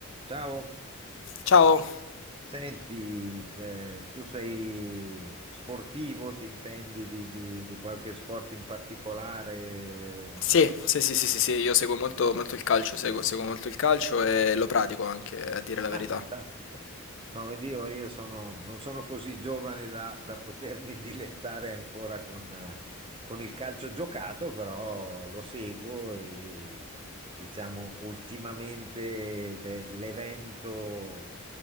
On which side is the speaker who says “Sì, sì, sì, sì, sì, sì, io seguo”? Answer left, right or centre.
Left